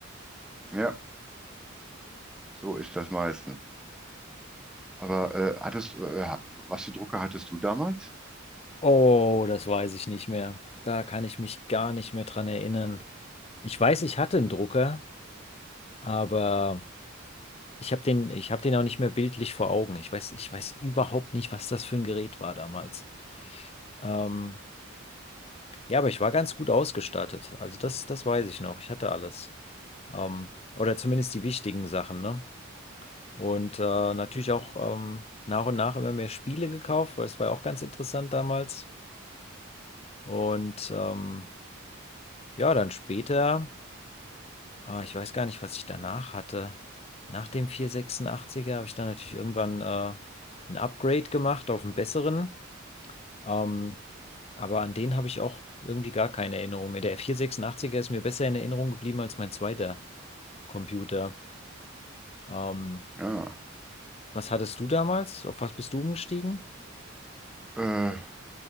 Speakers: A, in the centre; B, on the left.
A: ja, so ist das meistens. Aber äh, hattest, äh, was für Drucker hattest du damals?
B: Oh, das weiß ich nicht mehr. Da kann ich mich gar nicht mehr dran erinnern. Ich weiß, ich hatte einen Drucker, aber ich habe den, ich habe den auch nicht mehr bildlich vor Augen. Ich weiß, ich weiß überhaupt nicht, was das für ein Gerät war damals. Ähm, Ja, aber ich war ganz gut ausgestattet. Also das, das weiß ich noch. Ich hatte alles. Ähm, oder zumindest die wichtigen Sachen, ne? Und äh, natürlich auch ähm, nach und nach immer mehr Spiele gekauft, weil es war ja auch ganz interessant damals. Und ähm, ja, dann später, äh, ich weiß gar nicht, was ich danach hatte. Nach dem 486er habe ich dann natürlich irgendwann äh, ein Upgrade gemacht auf einen besseren. Ähm, Aber an den habe ich auch irgendwie gar keine Erinnerung mehr. Der F486er ist mir besser in Erinnerung geblieben als mein zweiter Computer. Ähm,
A: Ja,
B: was hattest du damals? Auf was bist du umgestiegen?
A: äh,